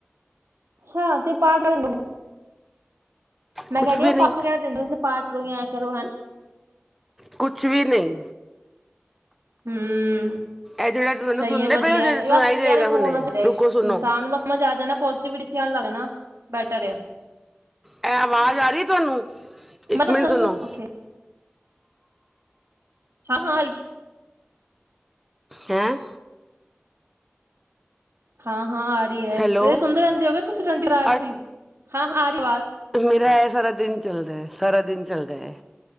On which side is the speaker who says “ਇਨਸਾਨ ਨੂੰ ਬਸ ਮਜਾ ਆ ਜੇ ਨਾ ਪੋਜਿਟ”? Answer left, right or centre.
Right